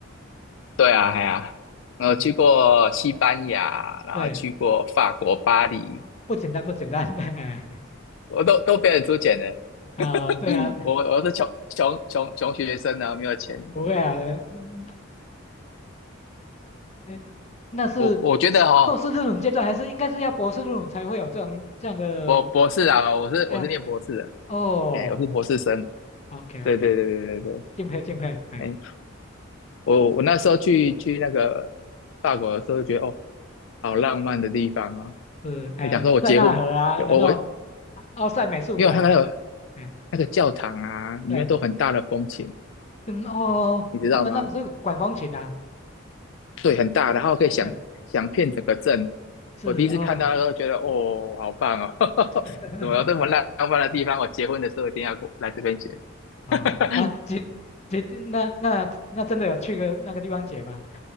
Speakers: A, on the left; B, on the left.
A: 对啊，哎呀、我去过西班牙，
B: ？OK，
A: 然后去过法国巴黎，
B: 对，不简单不简单的，<laughs> 哎
A: 我都都被人出钱的，<laughs>
B: 啊、对啊，
A: 我我是穷穷穷穷学生呢，没有钱。
B: 不会啊，嗯哎。那是是硕士这种阶段，
A: 我我觉得哈、
B: 还是应该是要博士这种才会有这种这样的？
A: 博博士啊，我是我是念博士的。
B: 对啊，哎，哦
A: 哎，我是博士生，
B: ，OK
A: 对对对对对对，
B: OK，敬佩敬佩，哎，
A: 哎，我我那时候去去那个法国的时候，觉得哦，好浪漫的地方啊！
B: 是哎塞纳河啊，
A: 哎，想说我结婚，
B: 然后
A: 我我
B: 奥赛美术馆啊，
A: 因为我看那个
B: 哎
A: 那个教堂啊，里面都很大的风琴，
B: 对，嗯哦，
A: 你知道吗？
B: 他们那是管风琴啊，
A: 对，很大，然后可以想想遍整个镇。
B: 对，是哦，
A: 我第一次看到的时候，
B: 嗯，
A: 觉得哦，好棒哦，<laughs>
B: <laughs>
A: 怎么有这么浪漫的地方？我结婚的时候一定要过来这边结。<laughs>
B: 哦啊，姐姐，那那那真的有去个那个地方解吗？